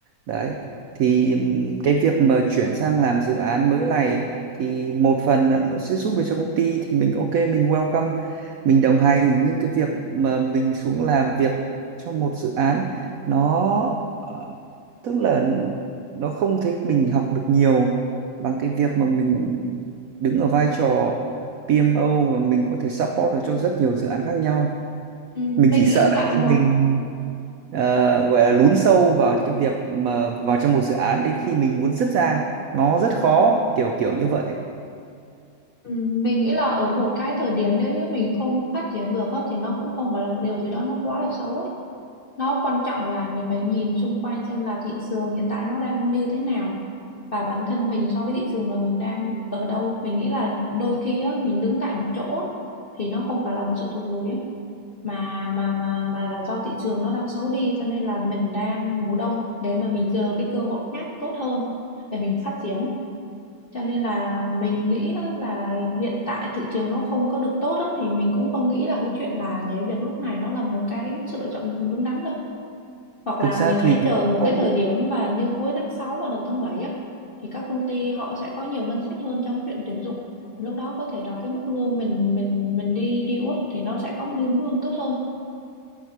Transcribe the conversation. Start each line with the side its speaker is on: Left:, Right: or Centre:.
Right: đấy thì ừm, cái việc mà chuyển sang làm dự án mới này thì một phần là nó sẽ giúp được cho công ty thì mình ok mình welcome mình đồng hành nhưng cái việc mà mình xuống làm việc trong một dự án nó ờ, tức là nó không thấy mình học được nhiều bằng cái việc mà mình đứng ở vai trò PMO và mình có thể support được cho rất nhiều dự án khác nhau
Left: Ừ,
Right: mình
Left: Mình
Right: chỉ sợ
Left: nghĩ là
Right: là
Left: tại
Right: khi
Left: một
Right: mình ờ, gọi là lún sâu vào cái việc mà vào trong một dự án đến khi mình muốn dứt ra nó rất khó kiểu kiểu như vậy
Left: ừ, mình nghĩ là ở một cái thời điểm nếu như mình không phát triển được á, thì nó cũng không phải là một điều gì đó nó quá là xấu ấy. Nó quan trọng là mình phải nhìn xung quanh xem là thị trường hiện tại nó đang như thế nào và bản thân mình so với thị trường là mình đang ở đâu. Mình nghĩ là đôi khi á mình đứng tại một chỗ á, thì nó không phải là một sự thụt lùi á. mà mà mà mà là do thị trường nó đang xấu đi cho nên là mình đang ngủ đông để mà mình chờ cái cơ hội khác tốt hơn để mình phát triển cho nên là mình nghĩ á là hiện tại thị trường nó không có được tốt á, thì mình cũng không nghĩ là cái chuyện là nhảy việc lúc này nó là một cái sự lựa chọn đúng đắn đâu hoặc
Right: thực
Left: là
Right: ra
Left: mình
Right: thì
Left: hãy chờ
Right: cũng
Left: một
Right: có
Left: cái thời điểm và như cuối tháng 6 và đầu tháng 7 á thì các công ty họ sẽ có nhiều ngân sách hơn trong cái chuyện tuyển dụng lúc đó có thể là cái mức lương mình mình mình đi deal á, thì nó sẽ có một lương lương tốt hơn